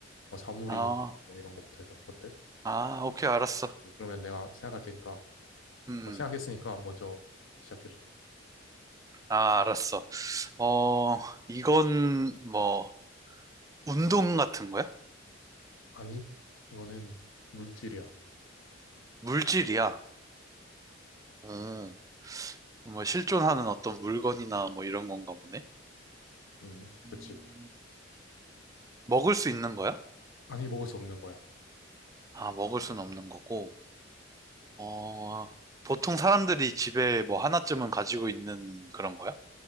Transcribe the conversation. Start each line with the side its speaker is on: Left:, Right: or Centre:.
Left: 뭐 사물인
Right: 아,
Left: 뭐 이런 거부터 해서. 어때?
Right: 아, 오케이, 알았어.
Left: 그러면 내가 생각할 테니까,
Right: 음, 음.
Left: 뭐 생각했으니까 먼저 시작해줘.
Right: 아, 알았어. 어, 이건 뭐, 운동 같은 거야?
Left: 아니, 이거는 물질이야.
Right: 물질이야. 음, 뭐, 실존하는 어떤 물건이나 뭐 이런 건가 보네.
Left: 음,
Right: 음,
Left: 그치.
Right: 먹을 수 있는 거야?
Left: 아니, 먹을 수 없는 거야.
Right: 아, 먹을 수는 없는 거고. 어, 보통 사람들이 집에 뭐 하나쯤은 가지고 있는 그런 거야?